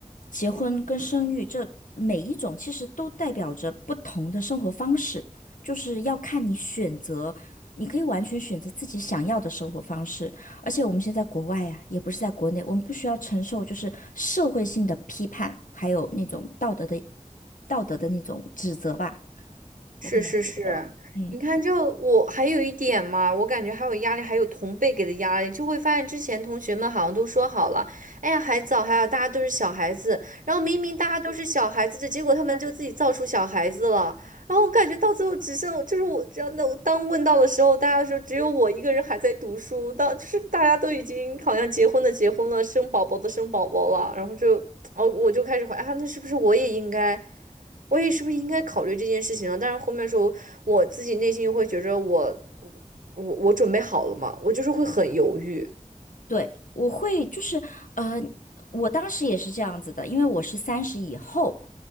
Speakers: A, on the left; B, on the right.
A: 结婚跟生育这每一种其实都代表着不同的生活方式，就是要看你选择，你可以完全选择自己想要的生活方式。而且我们现在在国外呀、也不是在国内，我们不需要承受就是社会性的批判，还有那种道德的道德的那种指责吧。
B: 是是是，
A: 我可能会觉得。嗯。
B: 你看就，我还有一点嘛，我感觉还有压力，还有同辈给的压力，就会发现之前同学们好像都说好了，哎呀，还早，还有大家都是小孩子，然后明明大家都是小孩子的，结果他们就自己造出小孩子了，然后我感觉到最后只剩就是我这样的，当问到的时候，大家说只有我一个人还在读书，当就是大家都已经好像结婚的结婚了，生宝宝的生宝宝了，然后就哦，我就开始怀啊，那是不是我也应该？我也是不是应该考虑这件事情啊？但是后面的时候，我自己内心又会觉着我我我准备好了嘛，我就是会很犹豫。
A: 对，我会就是，呃，我当时也是这样子的，因为我是三十以后，